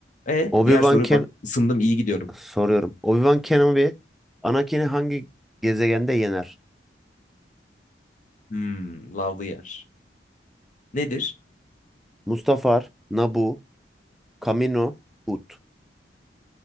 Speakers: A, on the left; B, in the centre.
A: E
B: Obi-Wan
A: diğer soru
B: Ken
A: bak ısındım iyi gidiyorum.
B: Soruyorum. Obi-Wan Kenobi Anakin'i hangi gezegende yener?
A: Hmm, lavlı yer. Nedir?
B: Mustafar, Naboo, Kamino, Hut.